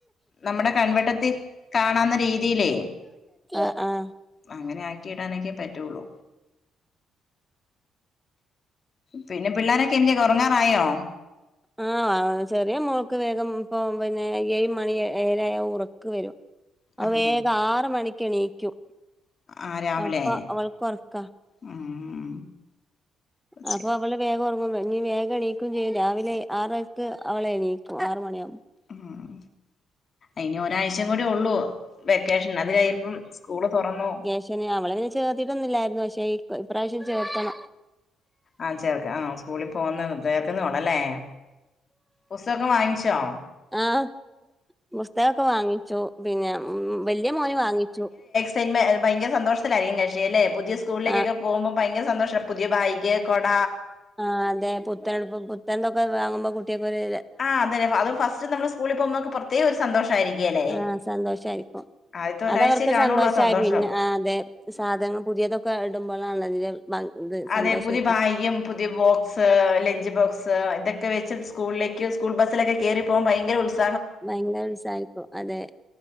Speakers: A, on the left; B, in the centre.
A: നമ്മുടെ കൺവെട്ടത്തിൽ കാണാവുന്ന രീതിയിലേ
B: ആഹ് ആഹ്
A: അങ്ങനെ ആക്കിയിടാനൊക്കെ പറ്റുള്ളൂ പിന്നെ പിള്ളാരൊക്കെ എന്തിയേ ഉറങ്ങാറായോ
B: ആഹ് ചെറിയ മോൾക്ക് വേഗം ഇപ്പം പിന്നെ ഏഴ് മണി ഏഴര ആയ ഉറക്ക് വരും അത്
A: ആഹ്
B: വേഗം ആറ് മണിക്ക് എണീക്കും
A: ആഹ് രാവിലെ
B: അപ്പൊ അവൾക്ക് ഉറക്കാ
A: ഉം ഉം
B: അപ്പൊ
A: ശരി
B: അവള് വേഗം ഉറങ്ങും പിന്നെ വേഗംണീക്കയും ചെയ്യും രാവിലെ ആറരക്ക് അവളെണീക്കും ആറു മണിയാവുമ്പോ
A: ഉം ഇനി ഒരാഴ്ചയും കൂടി ഉള്ളൂ വെക്കേഷൻ അത് കഴിയുമ്പം സ്കൂള് തുറന്നു
B: പക്ഷെ അവളെ പിന്നെ ചേർത്തിട്ടൊന്നില്ലായിരുന്നു പക്ഷെ ഇപ്രാവശ്യം ചേർത്തണം
A: ആ ചേർക്ക ആ സ്കൂളിൽ പോന്ന് ചേർക്കുന്നുള്ളൂ അല്ലേ പുസ്തകം ഒക്കെ വാങ്ങിച്ചോ
B: ആഹ് പുസ്തകമൊക്കെ വാങ്ങിച്ചു പിന്നെ വലിയ മോന് വാങ്ങിച്ചു
A: പിന്നെ ഭയങ്കര സന്തോഷത്തിലായിരിക്കും കക്ഷി അല്ലെ പുതിയ സ്കൂളിലേക്കൊക്കെ
B: ആ
A: പോകുമ്പോൾ ഭയങ്കര സന്തോഷം പുതിയ ബാഗ് കൊട
B: ആഹ് അതെ പുത്തനുടുപ്പും പുത്തൻൊക്കെ വാങ്ങുമ്പോ കുട്ടിയ്ക്ക് ഒരു
A: ആ അത് ഫസ്റ്റ് നമ്മൾ സ്കൂളിൽ പോകുമ്പോക്കെ പ്രത്യേക ഒരു സന്തോഷായിരിക്കുവല്ലേ
B: ആഹ് സന്തോഷം ആയിരിക്കും
A: ആദ്യത്തെ ഒരാഴ്ചയെ
B: അത് അവർക്ക്
A: കാണുള്ളൂ
B: സന്തോഷമായി
A: ആ സന്തോഷം
B: പിന്നെ ആഹ് അതെ സാധനങ്ങൾ പുതിയതൊക്കെ ഇടുമ്പോൾ ആണല്ലേ ഭം ഇത് സന്തോഷൊക്കെ
A: അതെ പുതിയ ബായ്ഗും പു പുതിയ ബോക്സ് ലഞ്ച് ബോക്സ് ഇതൊക്കെ വെച്ച് സ്കൂളിലേക്ക് സ്കൂൾ ബസ്സിലൊക്കെ കേറി പോകാൻ ഭയങ്കര ഉത്സാ
B: ഭയങ്കര ഉത്സാഹം ഇപ്പം അതെ